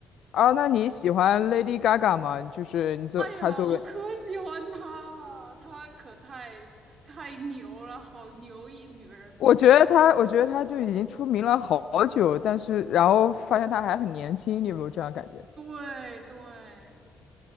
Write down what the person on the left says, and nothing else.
啊，那你喜欢 Lady Gaga 吗？就是你作她作为，
我觉得她，我觉得她就已经出名了好久，但是然后发现她还很年轻，你有没有这样感觉？